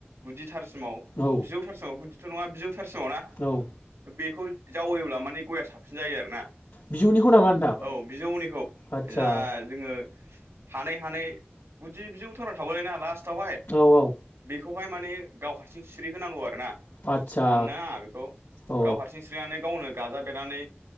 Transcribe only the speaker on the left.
औ
औ
बिजौनिखौ नामा नोंथां
आदसा
औ औ
आदसा
औ